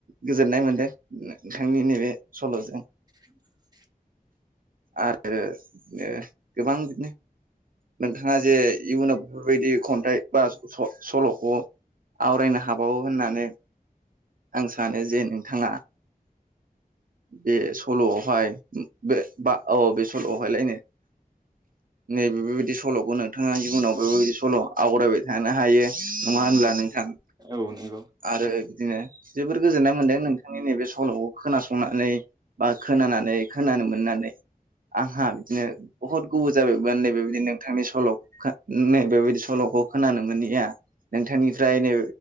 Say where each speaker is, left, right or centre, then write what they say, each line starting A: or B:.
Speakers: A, on the right; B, on the right.
A: गोजोननाय मोनदों नोंथांनि नैबे सल'जों।
B: औ
A: आरो ओ गोबां बिदिनो नोंथाङा जे इयुनाव बेफोरबायदि खन्थाइ बा सल'खौ आवराय बुंनो हाबावो होननानै आं सानो जे नोंथाङा बे सल'आवहाय बे बा औ बे सल'आवहायलायनो नैबे बेबायदि सल'खौ नोंथाङा इयुनाव ओ बेबायदि सल' आवरायबाय थानो हायो नङा होनब्ला नोंथां।
B: औ नंगौ
A: आरो बिदिनो जोबोर गोजोननाय मोन्दों नोंथांनि नैबे सल'खौ खोनासंनानै बा खोनानानै खोनानो मोननानै आंहा बिदिनो बहुत गोबाव जाबायमोन नै बे बिदि नोंथांनि सल' नै बेबायदि सल'खौ खोनानो मोननिया नोंथांनिफ्राय नै